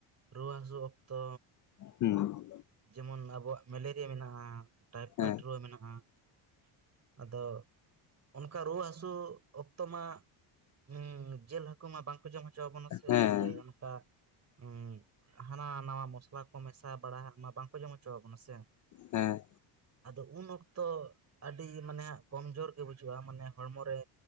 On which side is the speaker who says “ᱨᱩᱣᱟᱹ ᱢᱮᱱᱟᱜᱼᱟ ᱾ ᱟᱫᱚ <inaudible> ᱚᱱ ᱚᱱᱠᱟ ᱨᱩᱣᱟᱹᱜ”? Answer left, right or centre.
Right